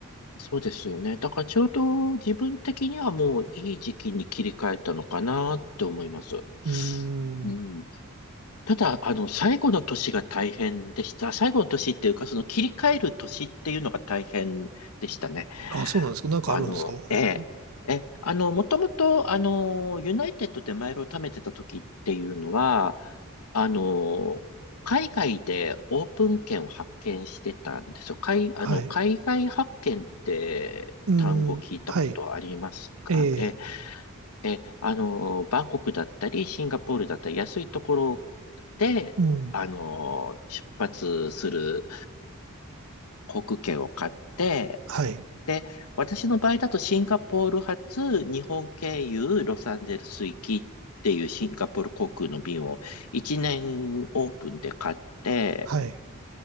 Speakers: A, on the left; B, on the right.
A: そうですよね。だからちょうど自分的にはもういい時期に切り替えたのかなって思います。
B: うーん。
A: うんただ、あの、最後の年が大変でした。最後の年っていうか、その切り替える年っていうのが大変でしたね。
B: あ、そうなんですか。なんかあるんですか。
A: あの、
B: お
A: ええ、え、あの、もともと、あの、ユナイテッドでマイルを貯めてた時っていうのは、あの、海外でオープン券を発見してたんですよ。海、あの、
B: はい。
A: 海外発見って単語聞いたことありますかえ
B: うーん。はい。ええ。
A: え、あの、バンコクだったり、シンガポールだったり、安いところで、
B: うん。
A: あの、出発する航空券を買って、
B: はい。
A: で、私の場合だとシンガポール発、日本経由、ロサンゼルス行きっていうシンガポール航空の便を1年オープンで買って、
B: はい。